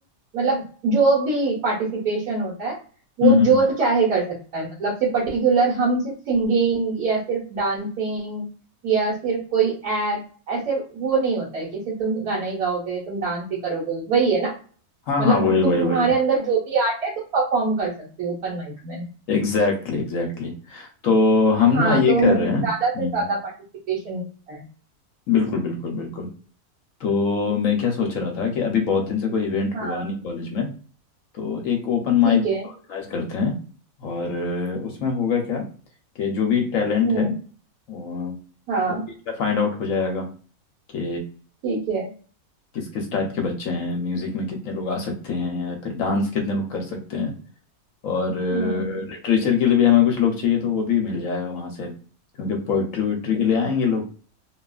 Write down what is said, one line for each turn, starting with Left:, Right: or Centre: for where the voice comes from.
Right: मतलब जो भी पार्टिसिपेशन होता है वो
Left: हम्म हम्म,
Right: जो
Left: हम्म।
Right: चाहे कर सकता है मतलब सिर्फ पर्टिकुलर हम सिर्फ सिंगिंग या सिर्फ डांसिंग या सिर्फ कोई एक्ट ऐसे वो नहीं होता है कि सिर्फ तुम गाना ही गाओगे तुम डांस ही करोगे वही है ना
Left: हाँ
Right: मतलब
Left: हाँ वही
Right: तुम्हारे
Left: वही वही
Right: अंदर जो भी आर्ट है तुम परफॉर्म कर सकते हो ओपन माइक में
Left: Exactly exactly तो हम
Right: हाँ
Left: ना ये
Right: तो
Left: कर
Right: मतलब
Left: रहे हैं हम्म,
Right: ज्यादा से ज्यादा पार्टिसिपेशन मिलता है
Left: बिल्कुल बिल्कुल बिल्कुल तो मैं क्या सोच रहा था कि अभी बहुत दिन से कोई इवेंट
Right: हाँ
Left: हुआ नहीं कॉलेज में तो एक ओपन माइक
Right: ठीक है
Left: ऑर्गेनाइज करते हैं और अ, उसमें होगा क्या कि जो भी टैलेंट
Right: हम्म
Left: है वो
Right: हाँ
Left: फाइंड आउट हो जाएगा कि
Right: ठीक है
Left: किस किस टाइप के बच्चे हैं म्यूजिक में कितने लोग आ सकते हैं या फिर डांस कितने लोग कर सकते हैं और
Right: हम्म
Left: लिटरेचर के लिए भी हमें कुछ लोग चाहिए तो वो भी मिल जाएगा वहाँ से क्योंकि पोइट्री वोइट्री
Right: ठीक
Left: के लिए आएंगे
Right: है
Left: लोग